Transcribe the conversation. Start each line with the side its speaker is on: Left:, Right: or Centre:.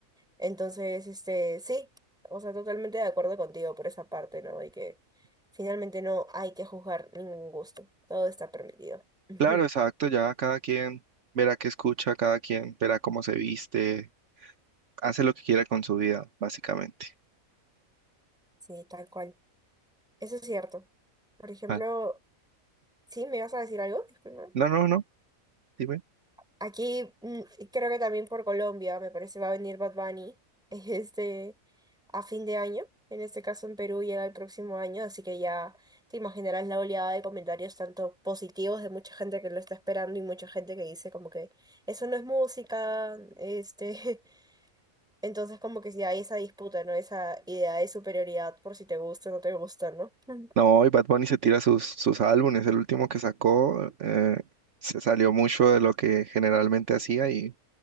Centre: Entonces, este, sí, o sea, totalmente de acuerdo contigo por esa parte, ¿no? Y que finalmente no hay que juzgar ningún gusto, todo está permitido. <laughs> Ujú,
Right: Claro, exacto, ya cada quien verá qué escucha, cada quien verá cómo se viste, hace lo que quiera con su vida, básicamente.
Centre: Sí, tal cual. Eso es cierto. Por ejemplo,
Right: Ah,
Centre: ¿sí me vas a decir algo? Disculpa.
Right: No, no, no, dime.
Centre: Aquí mm, creo que también por Colombia, me parece, va a venir Bad Bunny <laughs> este, a fin de año. En este caso en Perú llega el próximo año, así que ya te imaginarás la oleada de comentarios tanto positivos de mucha gente que lo está esperando y mucha gente que dice como que eso no es música, este, <laughs> entonces como que ya hay esa disputa, ¿no? Esa idea de superioridad por si te gusta o no te gusta, ¿no? <laughs>
Right: No, y Bad Bunny se tira sus, sus álbumes, el último que sacó eh, se salió mucho de lo que generalmente hacía y